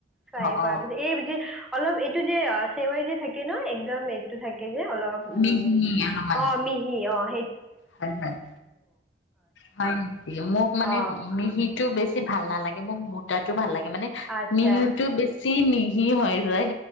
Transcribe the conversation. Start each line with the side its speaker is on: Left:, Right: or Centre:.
Centre: ফ্ৰাই
Left: অ
Centre: কৰা
Left: অ
Centre: <unintelligible> অলপ এইটো যে অহ ছেৱাই যে থাকে ন একদম এইটো থাকে। অলপ উম
Left: মিহি অলপমান
Centre: অহ মিহি অহ।
Left: হয়- হয়- হয় নেকি মোক মানে
Centre: অ
Left: মিহিটো বেছি ভাল নালাগে। মোক মোটাটো ভাল লাগে। মানে
Centre: আচ্ছা
Left: মিহিটো বেছি চেম মিহি হৈ ৰয়